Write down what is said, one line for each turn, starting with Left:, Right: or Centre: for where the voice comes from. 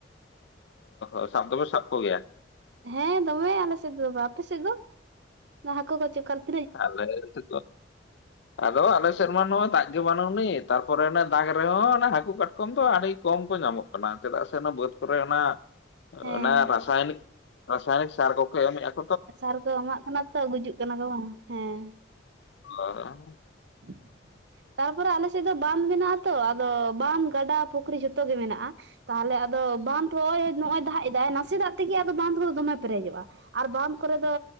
Left: ᱚ ᱥᱟᱵ ᱫᱚᱵᱚ ᱥᱟᱵ ᱠᱚᱜᱮᱭᱟ ᱾
Right: ᱦᱮᱸ ᱫᱚᱢᱮ ᱟᱞᱮ ᱥᱮᱫ ᱫᱚ᱾ᱟᱯᱮ ᱥᱮᱫ ᱫᱚ? ᱦᱟᱹᱠᱩ ᱠᱚ ᱪᱚᱠᱟᱨ ᱾
Left: ᱟᱞᱮ <unintelligible>
Right: <inaudible>
Left: ᱟᱫᱚ ᱟᱞᱮ ᱥᱮᱫ ᱢᱟ ᱱᱚᱣᱟ ᱫᱟᱜ ᱜᱮ ᱵᱟᱹᱱᱩᱜ ᱟᱱᱤᱡ ᱛᱟᱨᱯᱚᱨᱮ ᱚᱱᱟ ᱫᱟᱜᱽ ᱨᱮ ᱦᱚᱸ ᱦᱟᱹᱠᱩ ᱠᱟᱴᱠᱚᱢ ᱫᱚ ᱟᱹᱰᱤ ᱠᱚᱢ ᱠᱚ ᱧᱟᱢᱚᱜ ᱠᱟᱱᱟ ᱪᱮᱫᱟᱜ ᱥᱮ ᱚᱱᱟ ᱵᱟᱹᱫᱽ ᱠᱚᱨᱮ ᱚᱱᱟ
Right: ᱦᱮᱸ
Left: ᱚᱱᱟ ᱨᱟᱥᱟᱭᱱᱤᱠ, ᱨᱟᱥᱟᱭᱱᱤᱠ ᱥᱟᱨ ᱠᱚᱠᱚ ᱮᱢᱮᱫᱼᱟ ᱾
Right: ᱥᱟᱨ ᱠᱚ ᱮᱢᱟᱜ ᱠᱟᱱᱟ ᱛᱚ ᱜᱩᱡᱩᱜ ᱠᱟᱱᱟ ᱠᱚ ᱵᱟᱝ ᱦᱮᱸ ᱾
Left: <unintelligible>
Right: <unintelligible> ᱛᱟᱨᱯᱚᱨᱮ ᱟᱞᱮ ᱥᱮᱫ ᱫᱚ ᱵᱟᱸᱫ ᱢᱮᱱᱟᱜᱼᱟ ᱛᱚ ᱟᱫᱚ ᱵᱟᱸᱫ ᱜᱟᱰᱟ ᱯᱩᱠᱷᱨᱤ ᱡᱷᱚᱛᱚ ᱜᱮ ᱢᱮᱱᱟᱜᱼᱟ ᱾ ᱛᱟᱦᱚᱞᱮ ᱟᱫᱚ ᱵᱟᱸᱫᱷ ᱱᱚᱜᱼᱚᱭ, ᱱᱚᱜᱼᱚᱭ ᱫᱟᱜ ᱮᱫᱟᱭ ᱱᱟᱥᱮ ᱫᱟᱜ ᱛᱮᱜᱮ ᱟᱫᱚ ᱵᱟᱸᱫᱷ ᱠᱚ ᱫᱚᱢᱮ ᱯᱮᱨᱮᱡᱚᱜᱼᱟ ᱾ ᱟᱨ ᱵᱟᱸᱫᱷ ᱠᱚᱨᱮ ᱫᱚ